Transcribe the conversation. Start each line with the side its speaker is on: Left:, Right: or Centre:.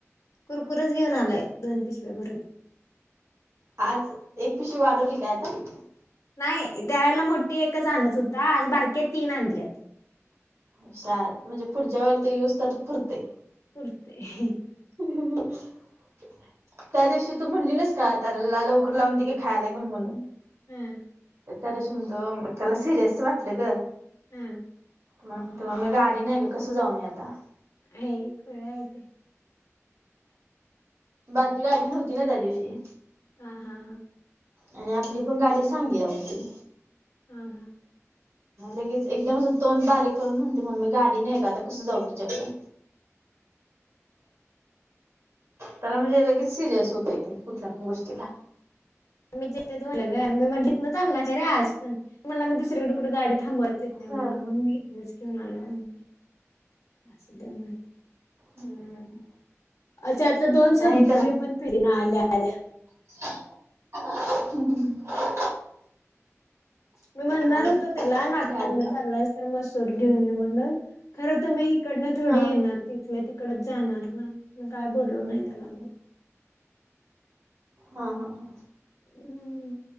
Left: कुरकुरेच घेऊन आलाय. दोन पिशव्या भरून.
Right: आज एक पिशी वाढवली काय आता.
Left: नाही त्या वेळेला मोठी एकच आणत होता. आज बारके तीन आणलेत.
Right: हुशार. म्हणजे पुढच्या वेळेला तेच यऊज तर पुरतंय.
Left: पुरतय.
Right: <unintelligible> त्या दिवशी तू म्हणली नाहीस का, त्याला लवकर लावून दे की खायला घेऊन म्हणून.
Left: हम्म.
Right: त्यादीशी म्हणतो. त्याला सिरियस वाटलं ग.
Left: हम्म.
Right: मला म्हणतो मम्मे गाडी नाही ग कसं जाऊ मी आता?
Left: आहे खुळय ते.
Right: बारकी गाडी नव्हती ना त्या दिवशी.
Left: हा हा हा.
Right: आणि आपली पण गाडी सांगलीला होती.
Left: हा, हा.
Right: लगेच एकदम असं तोन बारीक करून म्हणते. मम्मी गाडी नाही का आता कसं जाऊ तुच्याकडे? त्याला म्हणजे लगेच सिरियस होत य ते. कुठल्या पण गोष्टीला.
Left: मी ते तुमला घर मी म्हणजथन चालला अरे आज पण <unintelligible> तो म्हणला मी दुसरीकडे कुठे गाडी थांबवायच येत नाही
Right: हा
Left: मला. म्हणून मी इस घेऊन आलो म्हणते. असुद्या म.
Right: हम्म.
Left: त्यातला दोन
Right: नाही
Left: संपवली पण. पिढीन आल्या आल्या.
Right: ह <unintelligible>
Left: मी म्हणणार
Right: जाऊ दे
Left: होतो त्याला, नाष्टाग्न
Right: गाडी नाही.
Left: चाललाय तर मसूर घेऊन ये म्हणून. खरं त मी हीकडंन थोडी
Right: हा
Left: येणार. तिथल्या तिकडच जाणार ना. म काय बोललो नाही त्याला मग.
Right: हा हा हा.
Left: हम्म